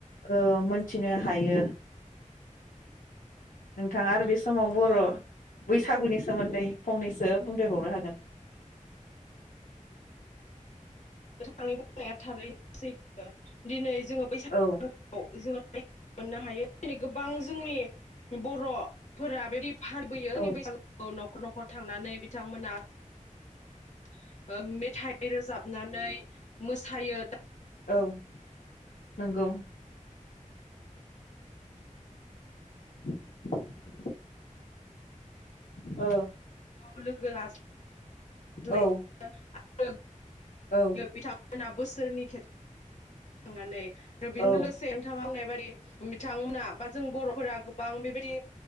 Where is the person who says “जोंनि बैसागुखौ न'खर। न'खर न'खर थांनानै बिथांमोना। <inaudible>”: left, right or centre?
Left